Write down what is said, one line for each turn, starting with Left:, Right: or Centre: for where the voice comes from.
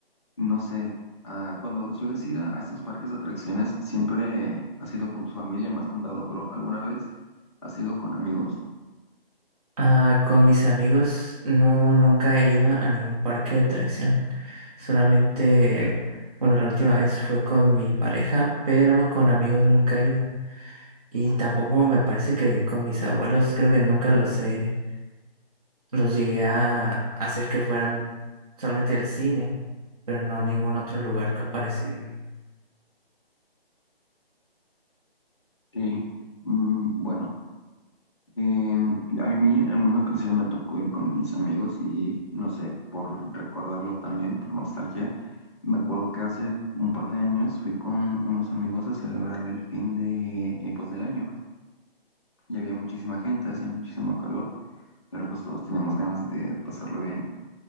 Left: no sé. ah, cuando sueles ir a, a estos parques de atracciones, siempre has ido con tu familia, me has contado, pero ¿alguna vez has ido con amigos?
Right: Ah, con mis amigos no, nunca he ido a ningún parque de atracción. Solamente, bueno, la última vez fue con mi pareja, pero con amigos nunca he ido. Y tampoco me parece que con mis abuelos, creo que nunca los he, los llegué a hacer que fueran solamente al cine, pero no a ningún otro lugar co- parecido.
Left: Sí. Mm, bueno. Em, a mí en una ocasión me tocó ir con mis amigos y no sé, por recordarlo también, por nostalgia, me acuerdo que hace un par de años fui con unos amigos a celebrar el fin de, eh, pues, del año y había muchísima gente, hacía muchísimo calor, pero pues todos teníamos ganas de, de pasarlo bien.